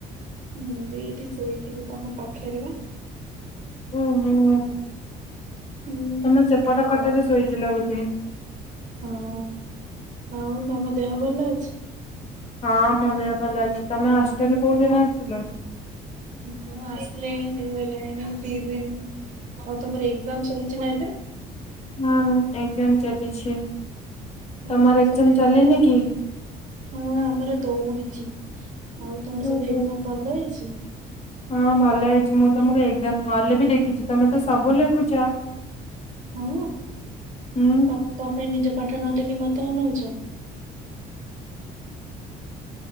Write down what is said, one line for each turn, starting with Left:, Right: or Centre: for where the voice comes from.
Right: ମୁଁ ବି ଏଇଠି ଶୋଇଥିଲି ତମ ପାଖରେ ବା।
Left: ଓହୋ।
Right: ହୁଁ
Left: ତମେ ସେପଟ ଖଟରେ
Right: ଆଉ
Left: ଶୋଇଥିଲ ବୋଧେ।
Right: ହଁ ଆଉ ତମ ଦେହ ଭଲ ଅଛି?
Left: ହଁ ମୋ ଦେହ ଭଲ ଅଛି, ତମେ ହଷ୍ଟେଲରେ କୋଉଦିନ ଆସିଲ?
Right: ମୁଁ ଆସିଲିଣି ହେଇଗଲାଣି ଦି ଦିନ, ଆଉ ତମର ଏକ୍ଜାମ ଚାଲିଛି ନା ଏବେ?
Left: ହଁ ଏକଜାମ ଚାଲିଛି।
Right: ହ
Left: ତମର
Right: ହଁ
Left: ଏକ୍ଜାମ
Right: ସବୁ ଏଗ୍
Left: ଚାଲିନି
Right: ଜମ
Left: କି?
Right: ହଁ ଆମର ଦୌଡୁଛି ଆଉ ତମର ସବୁ
Left: ଓହୋ
Right: ଏଜାମ ଭଲ ହେଇଛି।
Left: ହଁ ଭଲ ହେଇଛି ମୁଁ ତମକୁ ଏଜାମ ହଲ ବି ଦେଖିଛି ତମେ ତ ସବୁ ଲେଖୁଛ।
Right: ହଁ
Left: ହୁଁ
Right: ତମେ କ ପାଇଁ ନିଜ ପାଠ ନହେଲେ କିି ମତେ ଅନଉଛ।